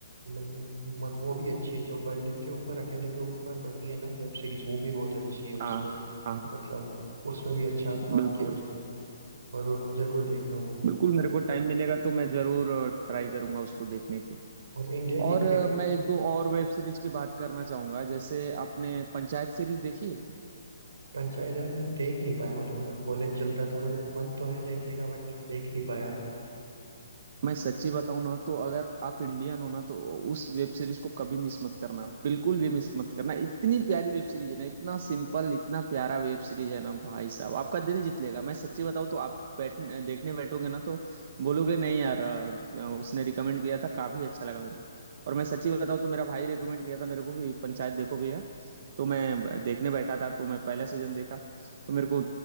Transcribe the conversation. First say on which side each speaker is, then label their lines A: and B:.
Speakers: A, on the right; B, on the right.
A: मन- मत वो भी अच्छी है जो बर्लिन के ऊपर अकेले के ऊपर बनी है ना वेब सीरीज वो भी बहुत अच्छी है उसमें
B: हाँ हाँ
A: मतलब उसमें भी अच्छा काम
B: बिल्कुल
A: किया है उसने जरूर जरूर देखना वो
B: बिल्कुल मेरे को टाइम मिलेगा तो मैं जरूर ट्राई करूंगा उसको देखने की
A: और इंडिया
B: और
A: की
B: अ,
A: कई-
B: मैं एक दो और वेब सीरीज की बात करना चाहूंगा जैसे आपने पंचायत सीरीज देखी है
A: पंचायत राज में देख नहीं पाया मतलब मेरा कॉलेज चलता था मेरा मन तो है देखने का बट देख नहीं पाया
B: मैं सच्ची बताऊं ना तो अगर आप इंडियन हो ना तो उस वेब सीरीज को कभी मिस मत करना बिल्कुल भी मिस मत करना इतनी प्यारी वेब सीरीज है ना इतना सिंपल इतना प्यारा वेब सीरीज है ना भाई साहब आपका दिल जीत लेगा मैं सच्ची बताऊं तो आप बैठ देखने बैठोगे ना तो बोलोगे नहीं यार अ, उसने रिकमेंड किया था काफी अच्छा लगा मेरे को और मैं सच्ची बताऊं तो मेरा भाई रिकमेंड किया था मेरे को कि पंचायत देखो भैया तो मैं देखने बैठा था तो मैं पहला सीजन देखा तो मेरे को